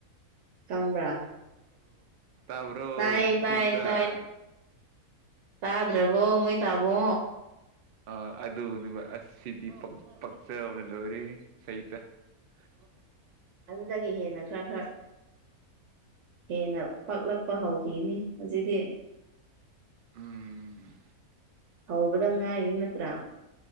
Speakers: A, on the right; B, on the right.
A: ꯈꯪꯕ꯭ꯔꯥ
B: ꯇꯕ꯭ꯔꯣ
A: ꯇꯥꯏꯌꯦ ꯇꯥꯏꯌꯦ
B: ꯄꯤꯞꯁꯥ
A: ꯇꯥꯏ ꯇꯥꯗ꯭ꯔꯕꯣ ꯃꯣꯏ ꯇꯥꯕꯣ
B: ꯑ ꯑꯗꯨꯅꯦ ꯁꯤꯗꯤ ꯄꯛꯆꯕꯅ ꯂꯣꯏꯔꯦ ꯁꯍꯤꯇ <unintelligible>
A: ꯑꯗꯨꯗꯒꯤ ꯍꯦꯟꯅ ꯈꯔ ꯈꯔ ꯍꯦꯟꯅ ꯄꯛꯂꯛꯄ ꯍꯧꯈꯤꯅꯤ ꯍꯧꯖꯤꯗꯤ
B: ꯎꯝ
A: ꯍꯧꯕꯗ ꯉꯥꯏꯔꯤ ꯅꯠꯇ꯭ꯔꯥ